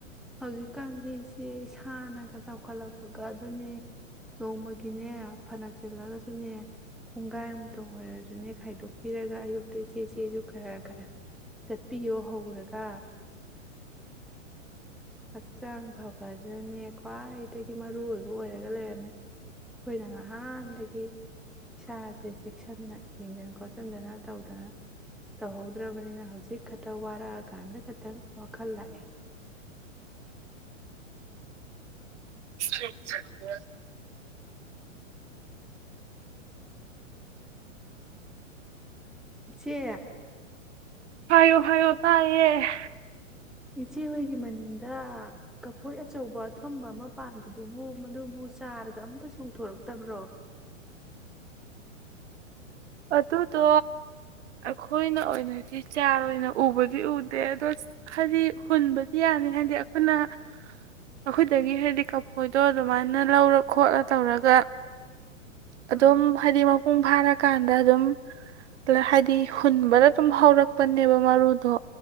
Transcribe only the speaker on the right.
ꯑ
ꯍꯥꯏꯌꯣ ꯍꯥꯏꯌꯣ ꯇꯥꯏꯌꯦ
ꯑꯗꯨꯗꯣ ꯑꯩꯈꯣꯏꯅ ꯑꯣꯏꯅꯗꯤ ꯆꯥꯔ ꯑꯣꯏꯅ ꯎꯕꯗꯤ ꯎꯗꯦ ꯑꯗꯣ ꯍꯥꯏꯗꯤ ꯍꯨꯟꯕꯗꯤ ꯌꯥꯅꯤ ꯍꯥꯏꯗꯤ ꯑꯩꯈꯣꯏꯅ ꯑꯩꯈꯣꯏꯗꯒꯤ ꯍꯥꯏꯗꯤ ꯀꯐꯣꯏꯗꯣ ꯑꯗꯨꯃꯥꯏꯅ ꯂꯧꯔ ꯈꯣꯠꯂ ꯇꯧꯔꯒ ꯑꯗꯨꯝ
ꯍꯥꯏꯗꯤꯃꯛ ꯎꯚꯥꯠ ꯀꯥꯟꯗ ꯑꯗꯨꯝ ꯍꯥꯏꯗꯤ ꯍꯨꯟꯕꯅ ꯑꯗꯨꯝ ꯍꯧꯔꯛꯄꯅꯦꯕ ꯃꯔꯨꯗꯣ